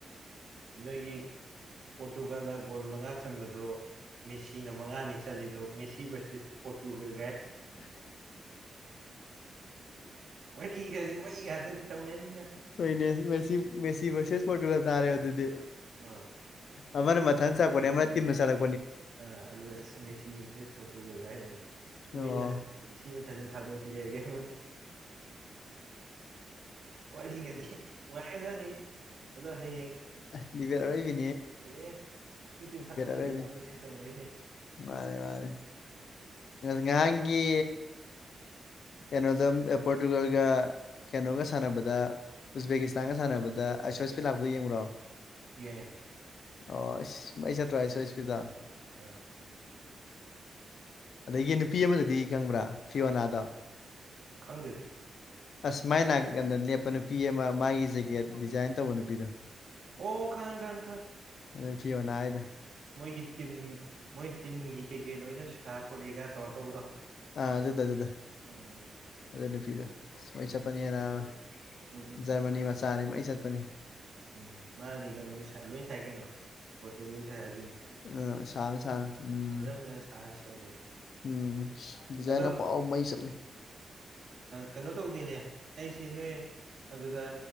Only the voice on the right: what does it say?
ꯅꯣꯏꯒꯤ ꯄꯣꯔꯇꯨꯒꯥꯟꯅ ꯒꯣꯜ ꯃꯉꯥ ꯆꯟꯕꯗꯣ ꯃꯦꯁꯤꯅ ꯃꯉꯥꯅꯤ ꯆꯠꯂꯤꯗꯣ ꯃꯦꯁꯤ ꯚꯔꯁꯁ ꯄꯣꯔꯇꯨꯒꯜ ꯋꯥꯔꯤꯒꯗꯤ ꯃꯩ ꯉꯥꯛꯇꯅꯤ ꯇꯧꯅꯔꯤ ꯃꯌꯥꯝꯁꯦ
ꯑꯥ
ꯑ ꯑ ꯑꯗꯨ ꯃꯦꯁꯤ ꯃꯦꯁ ꯐꯣꯨꯒ ꯀꯥꯏ ꯍꯣꯏꯅꯦ ꯅꯣꯏ
ꯂ ꯁꯤ ꯃꯊꯟꯇ ꯊꯥꯗꯣꯛꯑꯁꯤ ꯁꯤ ꯌꯥꯒꯦ ꯎ ꯋꯥꯔꯤꯒꯗꯤ ꯅꯨꯡꯉꯥꯏꯒꯖꯥꯅꯤ ꯑꯗꯣ ꯍꯌꯦꯡ
ꯏꯍꯦ ꯇꯤꯟ ꯇꯤꯟ ꯍꯥꯠꯇꯅꯕꯤꯅꯤ
ꯃꯣꯏ ꯃꯁꯦꯟ ꯇꯧꯅꯔꯤꯁꯦ
ꯌꯦꯡ ꯑꯦ
ꯑ
ꯈꯪꯗꯦꯗ
ꯑꯣ ꯈꯪꯉ ꯈꯉ ꯈꯪ
ꯃꯣꯏꯒꯤ ꯇꯤꯝ ꯃꯣꯏ ꯇꯤꯝꯒꯤ ꯀꯩꯀꯩ ꯂꯣꯏꯅ ꯁꯥ ꯄꯨꯔꯤꯒ ꯇꯧꯔ ꯇꯧꯕꯗꯣ
ꯎꯝ
ꯎꯝ ꯎꯝ
ꯎꯝ ꯃꯥꯗꯤ ꯀꯩꯅꯣ ꯂꯣꯏ ꯁꯥꯏ ꯀꯩꯅꯣ ꯄꯣꯇꯨꯒꯤꯁꯨ ꯁꯥꯏ ꯑꯔ
ꯐꯖꯅ ꯁꯥꯔ ꯁꯦꯠꯂꯤ
ꯑꯗꯣ
ꯀꯩꯅꯣ ꯇꯧꯗꯦꯅꯦ ꯑꯩꯁꯤ ꯅꯣꯏ ꯑꯗꯨꯗ